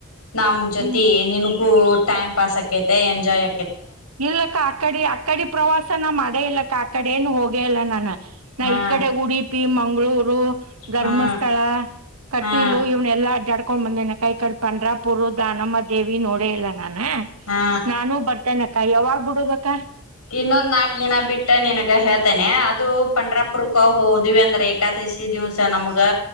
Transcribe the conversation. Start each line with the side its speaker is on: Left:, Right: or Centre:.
Left: ನಮ್ಮ ಜೊತೆ
Right: ಹ್ಮ್
Left: ನಿನಗೂ ಟೈಮ ಪಾಾಸಕ್ಕೆತೆೆ ಎಂಜಾಯ
Right: ಇಲ್ಲಕ್ಕ ಅಕ್ಕಡಿ ಅಕ್ಕಡಿ ಪ್ರವಾಸನ ಮಾಡೇ ಇಲ್ಲಕ್ಕ ಆ ಕಡೆನು ಹೋಗೇ ಇಲ್ಲ ನಾನು ನಾ
Left: ಹಾ
Right: ಈ ಕಡೆ ಉಡುಪಿ ಮಂಗಳೂರು ಧರ್ಮಸ್ಥಳ
Left: ಹಾ
Right: ಕಟೀಲು
Left: ಹಾ
Right: ಇವನ್ನ ಎಲ್ಲಾ ಜಡ್ ೊಂಡ್ಂದ ನ ಕ ಪಂಡ್ರಾಪುರ್ ದಾನಮ್ಮ ದೇವಿ ನೋಡ ಇಲ್ಲ ನಾನ
Left: ಹಾ
Right: ನಾನು ಬರ್ತೇನೆ ಯಾವಾಗ್ ಬಿಡುದಕ್ಕ
Left: ಇನ್ನೊಂದ್ ನಾಲ್ಕ್ ದಿನ ಬಿಟ್ಟ ನನ್ಗ ಹೇಳ್ತೇನೆ ಅದು ಪಂಡ್ರಾಪುರಕ್ಕ ಹೋದ್ವಿ ಅಂದ್ರೆ ಏಕಾದಿಸಿಿ ದಿವ್ಸ ನಮ್ಗ